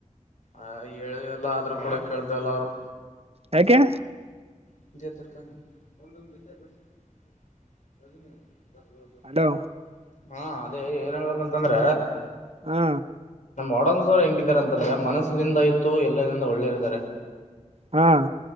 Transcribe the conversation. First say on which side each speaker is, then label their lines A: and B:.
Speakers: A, on the left; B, on the right.
A: ಆ ಹೇಳಿವಲ್ಲ ಆದ್ರೂ ಕೂಡ ಕೇಳಳ್ತಲ್ಲ ಅವ್ರು
B: ಯಾಕೆ
A: <inaudible>
B: ಹಲೋ
A: ಹಾ ಅದೇ ಏನ್ ಹೇಳ್ಬೇಕಂತಂದ್ರ
B: ಹಾ
A: ನಮ್ ವಾರ್ಡನ್ ಸರ್ ಹೆಂಗಿದಿದ್ದಾರೆ ಅಂತಂದ್ರೆ ಮನಸ್ಸಲಿಂದ ಆಯತು ಎಲ್ಲಂದ ಒಳ್ಳೇರಿದ್ದಾರೆ
B: ಹ್ಮ್